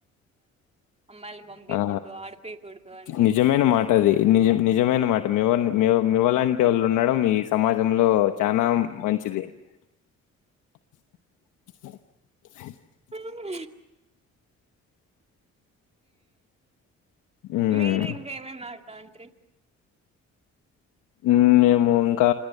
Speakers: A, on the right; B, on the left.
A: అమ్మాయిల్ని పంపికూడదు
B: ఆ
A: ఆడిపికూడదు అని
B: నిజమైన మాట అది నిజ నిజమైన మాట మి మవ మీమ్వలాంటి వాళ్ళు ఉండడం ఈ సమాజంలో చనా మంచిది. <inaudible>
A: ఉమ్
B: హ్మ్.
A: మీరింగ్ ఇవ తండ్రి
B: ఉ ఏమో ఇంకా